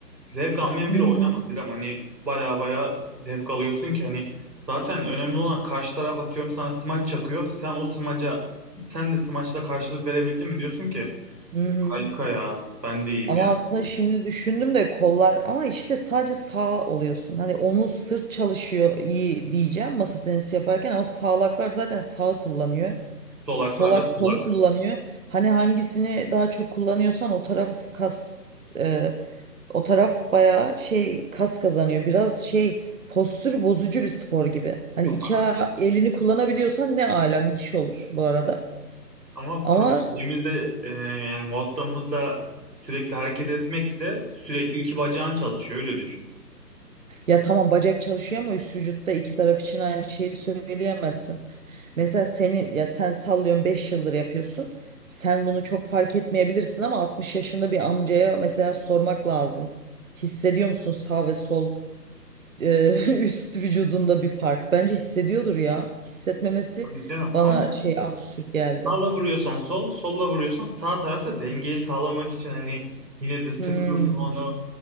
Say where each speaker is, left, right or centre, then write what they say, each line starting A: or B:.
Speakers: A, on the right; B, on the right.
A: zevk almayan
B: Hı
A: biri
B: hı.
A: oynamaz İrem. Hani baya baya zevk alıyorsun ki hani zaten önemli olan karşı taraf atıyorum sana smaç çakıyor. Sen o smaca sen de smaçla karşılık verebildin mi diyorsun ki
B: Hı hı.
A: harika ya ben de iyiyim
B: Ama
A: yani.
B: aslında şimdi düşündüm de kollar ama işte sadece sağ oluyorsun. Hani omuz sırt çalışıyor iyi diyeceğim masa tenisi yaparken ama sağlaklar zaten sağ kullanıyor.
A: Solaklarda
B: Solak solu
A: solak
B: kullanıyor. Hani hangisini daha çok kullanıyorsan o taraf kas e, O taraf bayağı şey kas kazanıyor. Biraz şey postür bozucu bir spor gibi. Hani
A: ama,
B: iki a- elini kullanabiliyorsan ne ala müthiş olur bu arada.
A: ama
B: Ama
A: pro- şeyimizde e, yani modlamızda sürekli hareket etmekse sürekli iki bacağın çalışıyor öyle düşün.
B: ya tamam bacak çalışıyor ama üst vücutta iki taraf için aynı şeyi söyleyemezsin. Mesela seni ya sen sallıyorsun 5 yıldır yapıyorsun. Sen bunu çok fark etmeyebilirsin ama 60 yaşında bir amcaya mesela sormak lazım. Hissediyor musun sağ ve sol e, <laughs> üst vücudunda bir fark. Bence hissediyordur ya. Hissetmemesi
A: Tabii canım
B: bana
A: ama
B: şey absürt geldi.
A: Sağla vuruyorsan sol, solla vuruyorsan sağ tarafta dengeyi sağlamak için hani yine de sıkıyorsun
B: Hmm,
A: onu.